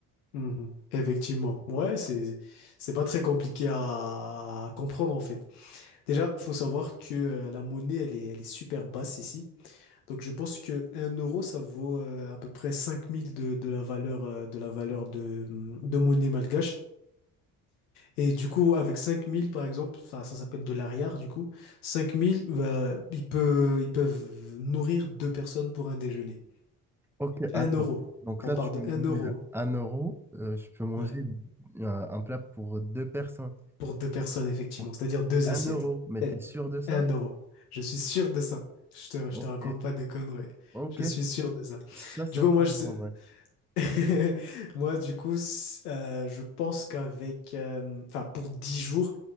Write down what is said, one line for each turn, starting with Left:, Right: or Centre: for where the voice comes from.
Left: mhm, mhm. Effectivement. Ouais, c'est, c'est pas très compliqué à comprendre, en fait. Déjà, faut savoir que euh, la monnaie, elle est, elle est super basse ici. Donc, je pense que un euro, ça vaut euh, à peu près 5000 de, de la valeur, euh, de la valeur de, de monnaie malgache. Et du coup, avec 5000 par exemple, enfin, ça s'appelle de l'arrière, du coup, 5000, bah, ils peuvent, ils peuvent nourrir deux personnes pour un déjeuner.
Centre: Ok, attends.
Left: Un euro.
Centre: Donc
Left: On
Centre: là,
Left: part
Centre: tu
Left: de
Centre: me
Left: un
Centre: dis
Left: euro.
Centre: euh, un euro, euh, je peux manger
Left: hein. Ouais.
Centre: euh, un plat pour deux personnes.
Left: Pour deux personnes, effectivement.
Centre: Pour
Left: C'est-à-dire deux
Centre: Un
Left: assiettes.
Centre: euro, mais
Left: ben
Centre: t'es sûr de ça?
Left: Un euro. Je suis sûr de ça. Je te,
Centre: Ok,
Left: je te raconte pas des conneries.
Centre: ok,
Left: Je suis sûr de ça.
Centre: ça, c'est
Left: Du coup, moi,
Centre: pas
Left: je,
Centre: mal, en vrai.
Left: <laughs> Moi, du coup, c- euh, je pense qu'avec, euh, enfin, pour 10 jours,